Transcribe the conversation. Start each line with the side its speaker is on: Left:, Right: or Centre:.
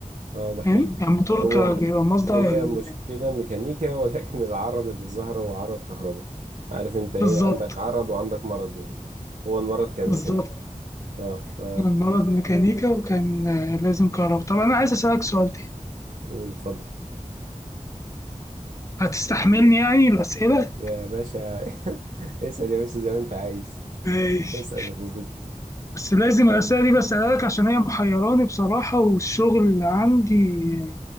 Right: اه ده حقيقي
Left: فاهم يعني الموتور
Right: هو
Left: كان بيبقى مصدر
Right: هي
Left: ال-
Right: مشكله ميكانيكا ولكن <laughs> العرض اللي ظهر هو عرض كهرباء عارف انت ايه
Left: بالظبط
Right: عندك عرض وعندك مرض يعني هو المرض كان
Left: بالظبط
Right: ميكانيكا اه ف
Left: أنا النهارده ميكانيكا وكان آه، لازم كهرباء طب انا عايز اسألك سؤال تاني
Right: قول اتفضل
Left: هتستحملني يعني الأسئلة؟
Right: يا باشا <laughs> اسال يا باشا زي ما انت عايز
Left: ماشي
Right: اسال يا صديقي
Left: بس لازم الأسئلة دي بسألها لك عشان هي محيراني بصراحة والشغل عندي